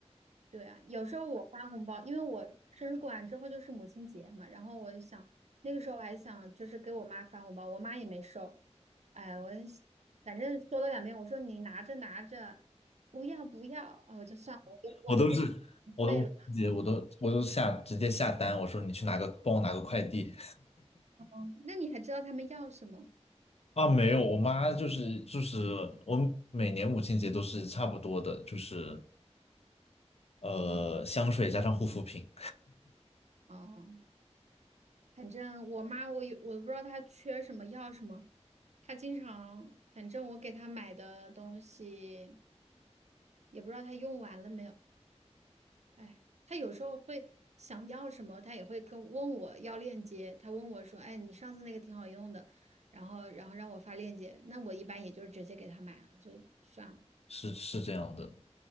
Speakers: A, on the right; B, on the left.
A: 对啊，有时候我发红包，因为我生日过完之后就是母亲节嘛，然后我就想那个时候我还想就是给我妈发红包，我妈也没收，哎，我反正说了两遍，我说你拿着拿着，不要不要，啊，我就算了，我就我就不
B: 我都是，我都直接我都我都下直接下单，
A: 累了。
B: 我说你去拿个帮我拿个快递
A: 哦，那你还知道他们要什么？
B: <laughs> 啊，没有，我妈就是就是我每年母亲节都是差不多的，就是呃香水加上护肤品，
A: 哦。反正我妈我有我不知道她缺什么要什么，她经常反正我给她买的东西也不知道她用完了没有。哎，她有时候会想要什么，她也会跟问我要链接。她问我说：“哎，你上次那个挺好用的。”然后然后让我发链接，那我一般也就直接给她买了，就算了。
B: 是是这样的